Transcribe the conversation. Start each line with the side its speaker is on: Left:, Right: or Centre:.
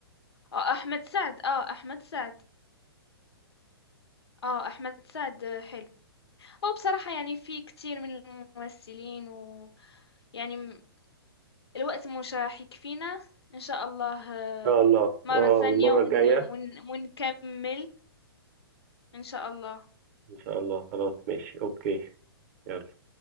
Left: اه أحمد سعد اه أحمد سعد اه أحمد سعد آه، حلو هو بصراحة يعني في كتير من الممثلين ويعني م- الوقت مش راح يكفينا إن شاء الله
Right: ان
Left: آه،
Right: شاء الله
Left: مرة
Right: اه
Left: ثانية
Right: المره
Left: ون...
Right: الجايه
Left: ون... ونكمل إن شاء الله
Right: ان شاء الله خلاص ماشي اوكي يلا